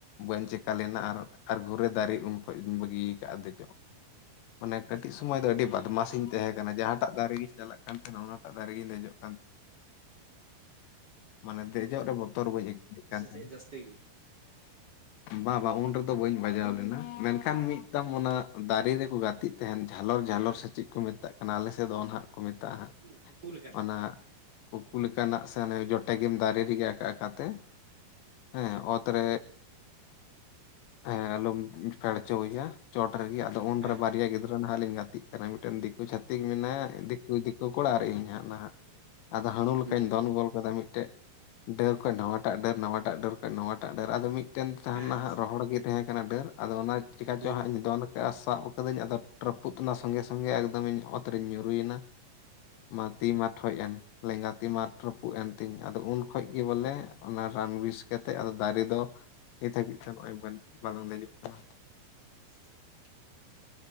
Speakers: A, on the left; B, on the right.
A: ᱵᱟᱹᱧ ᱪᱮᱠᱟ ᱞᱮᱱᱟ ᱟᱨ ᱟᱨ ᱜᱷᱩᱨᱮ ᱫᱟᱨᱮ ᱩᱱ ᱠᱷᱚᱱ ᱤᱧ ᱵᱟᱹᱜᱤ ᱠᱟᱜᱼᱟ ᱫᱮᱡᱚᱜ ᱾ ᱢᱟᱱᱮ ᱠᱟᱹᱴᱤᱡ ᱥᱳᱢᱚᱭ ᱫᱚ ᱟᱹᱰᱤ ᱵᱟᱫᱢᱟᱥᱤ ᱤᱧ ᱛᱟᱦᱮᱸ ᱠᱟᱱᱟ ᱡᱟᱦᱟᱸᱴᱟᱜ ᱫᱟᱨᱮ ᱜᱤᱧ ᱪᱟᱞᱟᱜ ᱠᱟᱱ ᱛᱟᱦᱮᱸᱱᱟ ᱚᱱᱟᱴᱟᱜ ᱫᱟᱨᱮᱜᱤᱧ ᱫᱮᱡᱚᱜ ᱾ ᱢᱟᱱᱮ ᱫᱮᱡᱚᱜ ᱨᱮ ᱵᱚᱛᱚᱨ ᱵᱟ. ᱧ ᱟ. ᱭᱠᱟ. ᱣ <unintelligible>
B: ᱪᱮᱜ ᱡᱟᱹᱥᱛᱤ ᱜᱮ
A: <unintelligible>
B: ᱾
A: ᱵᱟ ᱵᱟ ᱩᱱ ᱨᱮᱫᱚ ᱵᱟᱹᱧ ᱵᱟᱡᱟᱣ ᱞᱮᱱᱟ ᱢᱮᱱᱠᱷᱟᱱ ᱢᱤᱫᱫᱟᱢ ᱚᱱᱟ ᱫᱟᱨᱮ ᱨᱮᱠᱚ ᱜᱟᱛᱮᱜ ᱛᱟᱸᱦᱮᱱ ᱡᱷᱟᱞᱚᱨ ᱡᱷᱟᱞᱚᱨ ᱥᱮ ᱪᱮᱫ ᱠᱚ ᱢᱮᱛᱟᱜ ᱠᱟᱱᱟ ᱟᱞᱮ ᱥᱮᱫ ᱫᱚ ᱟᱱᱟ ᱦᱟᱸᱜ ᱠᱚ ᱢᱮᱛᱟᱜᱼᱟ
B: ᱚᱱᱟ ᱠᱩᱠᱩ
A: ᱦᱟᱸᱜ
B: ᱠᱩᱠᱩ ᱞᱮᱠᱟᱱᱟᱜ
A: ᱚᱱᱟ ᱠᱩᱠᱩ ᱞᱮᱠᱟᱱᱟᱜ ᱥᱮ ᱚᱱᱟ ᱡᱚᱴᱮᱜ ᱜᱮᱢ ᱫᱟᱨᱮ ᱨᱮᱜᱮ ᱟᱠᱟ ᱟᱠᱟᱛᱮ ᱾ ᱦᱮᱸ ᱚᱛᱨᱮ ᱦᱮᱸ ᱟᱞᱚᱢ ᱯᱷᱮᱲ ᱦᱚᱪᱚᱭᱟ ᱾ ᱪᱚᱴ ᱨᱮᱜᱮ ᱟᱫᱚ ᱩᱱᱨᱮ
B: ᱦᱮᱸ
A: ᱵᱟᱨᱮᱭᱟ ᱜᱤᱫᱽᱨᱟᱹ ᱱᱟᱦᱟᱜ ᱞᱤᱧ ᱜᱟᱛᱮᱜ ᱠᱟᱱᱟ ᱢᱤᱫᱴᱮᱱ ᱫᱤᱠᱩ ᱪᱷᱟᱹᱛᱤᱠ ᱢᱮᱱᱟᱭᱟ ᱾ ᱩᱱᱤ ᱫᱤᱠᱩ ᱠᱚᱲᱟ ᱟᱨ ᱤᱧ ᱦᱟᱸᱜ ᱱᱟᱦᱟᱜ ᱟᱫᱚ ᱦᱟᱹᱬᱩ ᱞᱮᱠᱟᱧ
B: ᱦᱩᱸ
A: ᱫᱚᱱ ᱜᱚᱞ ᱠᱟᱫᱟ ᱢᱤᱫᱴᱮᱡ ᱰᱟᱹᱨ ᱠᱷᱚᱡ ᱱᱟᱣᱟᱴᱟᱜ ᱰᱟᱹᱨ ᱱᱟᱣᱟᱴᱟᱜ ᱰᱟᱹᱨ ᱠᱷᱚᱱ ᱱᱟᱣᱟᱴᱟᱜ ᱰᱟᱹᱨ ᱟᱫᱚ ᱢᱤᱫᱴᱮᱱ ᱛᱟᱸᱦᱮᱱᱟ
B: ᱦᱮᱸ
A: ᱦᱟᱸᱜ ᱨᱚᱦᱚᱲ ᱜᱮ ᱛᱟᱦᱮᱸ ᱠᱟᱱᱟ ᱰᱟᱹᱨ ᱟᱫᱚ ᱚᱱᱟ ᱪᱮᱠᱟ
B: ᱦᱩᱸ
A: ᱪᱚ ᱦᱟᱸᱜ ᱤᱧ ᱫᱚᱱ ᱥᱟᱵ ᱠᱟᱹᱫᱟᱹᱧ ᱟᱫᱚ ᱨᱟᱹᱯᱩᱫ ᱮᱱᱟ ᱥᱚᱸᱜᱮ ᱥᱚᱸᱜᱮ ᱮᱠᱫᱚᱢ ᱤᱧ ᱚᱛ ᱨᱤᱧ ᱧᱩᱨᱩᱭᱮᱱᱟ ᱾ ᱢᱟ ᱛᱤ ᱢᱟ ᱴᱷᱚᱡ ᱮᱱ ᱞᱮᱸᱜᱟ ᱛᱤ ᱢᱟ ᱨᱟᱹᱯᱩᱫ ᱮᱱ ᱛᱤᱧ ᱟᱫᱚ ᱩᱱ ᱠᱷᱚᱡ ᱜᱮ ᱵᱚᱞᱮ ᱚᱱᱟ ᱨᱟᱱ ᱵᱮᱥ ᱠᱟᱛᱮᱜ ᱟᱫᱚ ᱫᱟᱨᱮ ᱫᱚ ᱱᱤᱛ ᱦᱟᱹᱵᱤᱡ ᱛᱮ ᱱᱚᱜ ᱚᱭ ᱵᱟᱝᱞᱤᱧ ᱵᱟᱞᱟᱝ ᱫᱮᱡᱚᱜ ᱠᱟᱱᱟ ᱾
B: <inaudible>